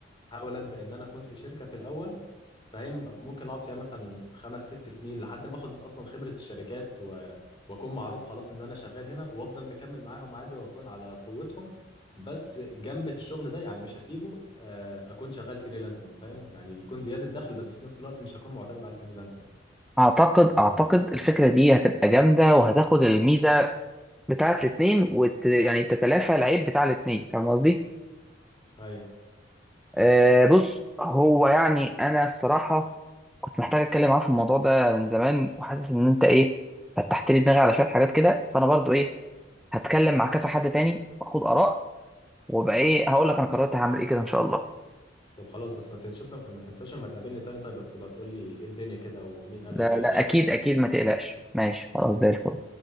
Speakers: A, on the left; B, in the centre.
A: احاول ابدا ان انا كنت في شركه في الاول فاهم ممكن اقعد فيها مثلا خمس ست سنين لحد ما اخد اصلا خبره الشركات و... واكون معروف خلاص ان انا شغال هنا وافضل مكمل معاهم عادي واكون على قوتهم بس جنب الشغل ده يعني مش هسيبه آه، اكون شغال فريلانسنج فاهم يعني يكون زياده دخل بس في نفس الوقت مش هكون معتمد على الفريلانسنج
B: اعتقد اعتقد الفكره دي هتبقى جامده وهتاخد الميزه بتاعت الاتنين وت... يعني تتلافى العيب بتاع الاتنين فاهم قصدي؟
A: ايوه
B: آه، بص هو يعني انا الصراحه كنت محتاج اتكلم معاه في الموضوع ده من زمان وحاسس ان انت ايه فتحت لي دماغي على شويه حاجات كده فانا برضو ايه هتكلم مع كذا حد تاني واخد اراء وابقى ايه هقول لك انا قررت هعمل ايه كده ان شاء الله
A: طب خلاص بس ما تنساش ما تنساش لما تقابلني تاني طيب بتبقى تقول لي ايه الدنيا كده ومين قال
B: لا
A: لك ايه
B: لا
A: قشطه
B: اكيد اكيد ما تقلقش ماشي خلاص زي الفل